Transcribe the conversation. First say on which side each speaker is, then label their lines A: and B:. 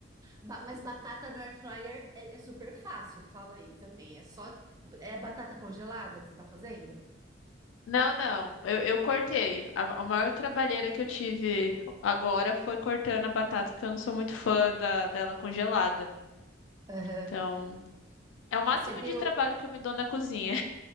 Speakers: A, on the right; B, on the left.
A: Ba- mas batata no air fryer é, é super fácil, fala aí também. É só é batata congelada que você está fazendo?
B: Não, não. Eu, eu cortei. A, a maior trabalheira que eu tive agora foi cortando a batata, porque eu não sou muito fã da, dela congelada.
A: aham.
B: Então, é o máximo
A: Você deu,
B: de trabalho que eu me dou na cozinha.